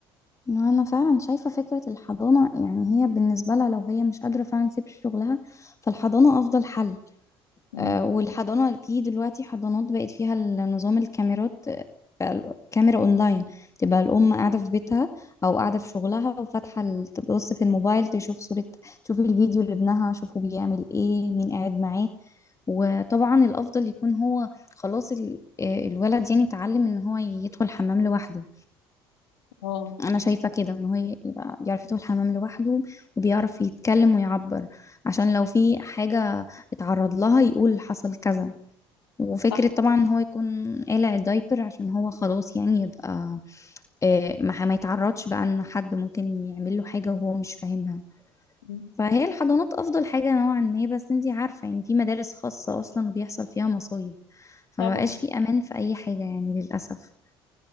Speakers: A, on the left (about 25°); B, on the left (about 80°).
A: إنه أنا فعلا شايفة فكرة الحضانة يعني هي بالنسبة لها لو هي مش قادرة فعلا تسيب شغلها فالحضانة أفضل حل
B: امم
A: آه، والحضانة في دلوقتي حضانات بقت فيها ال- نظام الكاميرات آه، بقى ال- كاميرا أونلاين تبقى الأم قاعدة في بيتها أو قاعدة في شغلها وفاتحة ال- تبص في الموبايل تشوف صورة تشوف الفيديو لابنها شوفه بيعمل إيه مين قاعد معاه وطبعا الأفضل يكون هو خلاص ال- آه، الولد يعني اتعلم إن هو يدخل حمام لوحده
B: اه
A: انا شايفه كده ان هو يبقى بيعرف يدخل الحمام لوحده وبيعرف يتكلم ويعبر عشان لو في حاجه اتعرض لها يقول حصل كذا وفكرة
B: صح
A: طبعا ان هو يكون قالع الدايبر عشان هو خلاص يعني يبقى آه، ما ما يتعرضش بقى ان حد ممكن يعمل له حاجة وهو مش فاهمها
B: مم.
A: فهي الحضانات افضل حاجة نوعا ما بس انتي عارفة يعني في مدارس خاصة اصلا وبيحصل فيها مصايب فما
B: طبعا
A: بقاش في امان في اي حاجة يعني للأسف